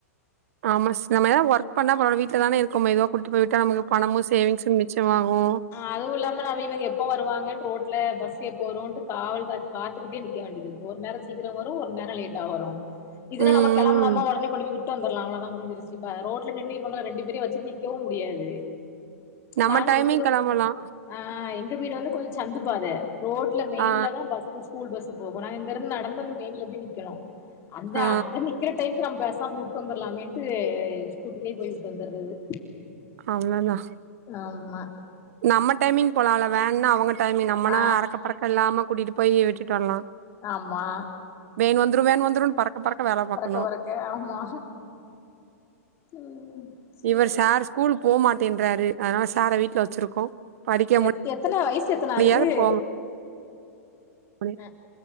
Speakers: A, on the right; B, on the left.
A: ஆமா சிஸ் நம்ம எதாவுது ஒர்க் பண்ணா பறவாயில்ல வீட்ல தானே இருக்கேம் மெதுவா கூட்டு போய் விட்டா நமக்கு பணமும் சேவிங்ஸும் மிச்சமாகும்
B: அதுவும் இல்லாம நாம இவங்க எப்போ வருவங்க ரோட்ல பஸ் எப்போ வரும்ன்ட்டு காவல் கா காத்துக்கிட்டே நிக்க வேண்டியது இருக்கு ஒரு நேரோ சீக்கிரம் வரும் ஒரு நேரம் லேட்டா வரும் இதுனா
A: ம்
B: நம்ம கிளம்பணமா
A: ம்
B: உடனே கொண்டு போய் விட்டு வந்துடலாம் முடிஞ்சிருச்சு ரோட்ல நின்று இவுங்க ரெண்டு பேரயும் வச்சு நிற்கவும் முடியாது
A: நம்ம
B: நாங்க
A: டைமிங்
B: எங்க
A: கெளம்பலா
B: ஆ எங்க வீடு வந்து கொஞ்சம் சந்துப்பாத ரோட் ல மெயின்ல
A: ஆ
B: தான் பஸ் ஸ்கூல் பஸ் போகும் நான் இங்க இருந்து நடந்து அந்த மெயின்ல போய் நிக்கணும் அந்த
A: ஆ
B: அங்க நிக்கிற டைமுக்கு நம்ம பேசாந்து விட்டு வந்துரலாமேன்ட்டு ஸ்கூட்டிலேயே போய் விட்டு வந்துடுறது
A: அவ்ளோதான்
B: ஆமா
A: நம்ம டைமிங் போலாம்ல வேன்னா அவங்க டைமிங் நம்மனா
B: ஆ
A: அறக்க பறக்க இல்லாம கூட்டிட்டு போய் விட்டுட்டு வரலாம்
B: ஆமா
A: வேன் வந்துரும் வேன் வந்துருனு பறக்க பறக்க வேலை பார்க்கணும்
B: பறக்க பறக்க ஆமா ம் சேரி
A: இவர் சார் ஸ்கூலு போக மாட்டேன்றாரு அதனால சார வீட்ல வச்சிருக்கோ படிக்க
B: எத் எத்தன வயசு எத்தன
A: முடியாது
B: ஆகுது
A: போ முடியாது
B: அ